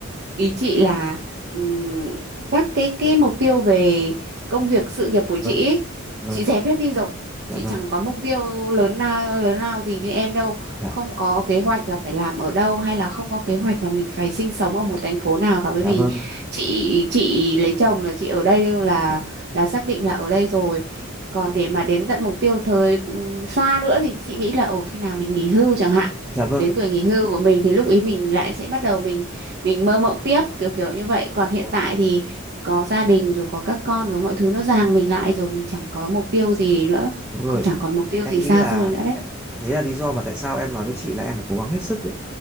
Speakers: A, on the right (about 50°); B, in the centre.
A: ý chị là ừm, các cái cái mục tiêu về công việc sự nghiệp
B: Dạ
A: của
B: vâng.
A: chị ý,
B: Vâng.
A: chị dẹp hết đi rồi
B: Dạ
A: chị
B: vâng.
A: chẳng có mục tiêu lớn nào lớn nào gì như em đâu
B: Dạ.
A: không có kế hoạch là phải làm ở đâu hay là không có kế hoạch là mình phải sinh sống ở một thành phố nào cả bởi
B: Dạ
A: vì
B: vâng.
A: chị chị lấy chồng là chị ở đây là
B: Dạ,
A: là xác định là ở đây rồi còn để mà đến tận mục tiêu thời ừm, xa nữa thì chị nghĩ là ở khi nào mình nghỉ hưu chẳng hạn
B: dạ vâng.
A: đến tuổi nghỉ hưu của mình thì lúc ý mình lại sẽ bắt đầu mình mình mơ mộng tiếp kiểu kiểu như vậy còn hiện
B: Dạ,
A: tại thì có gia đình rồi có các con rồi mọi thứ nó ràng mình lại rồi mình chẳng có mục tiêu gì nữa
B: Đúng rồi.
A: cũng chẳng còn mục tiêu
B: Em
A: gì
B: nghĩ
A: xa
B: là
A: xôi nữa đấy
B: em, đấy là lý do mà tại sao em nói với chị là em phải cố gắng hết sức đấy.